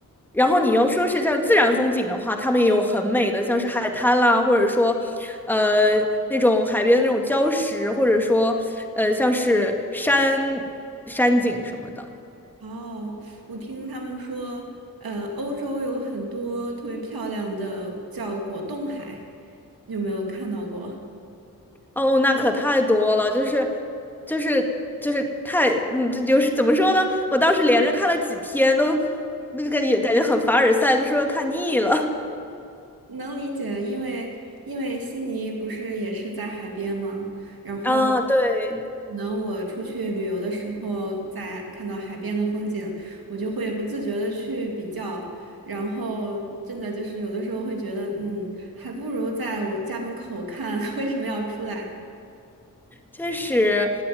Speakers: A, in the centre; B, on the right.
A: 然后你要说是像自然风景的话，他们也有很美的，像是海滩啦，或者说，呃，那种海边的那种礁石，或者说，呃，像是山山景什么的。
B: 哦，我听他们说，呃，欧洲有很多特别漂亮的叫果冻海，你有没有看到过？
A: 哦，那可太多了，就是，就是就是太，嗯，这就是怎么说呢？我当时连着看了几天，都那就感觉感觉很凡尔赛，就说看腻了。
B: 能理解，因为因为悉尼不是也是在海边吗？然后
A: <laughs> 啊，对。
B: 可能我出去旅游的时候，在看到海边的风景，我就会不自觉的去比较，然后真的就是有的时候会觉得，嗯，还不如在我家门口看，<laughs> 为什么要出来
A: 确实，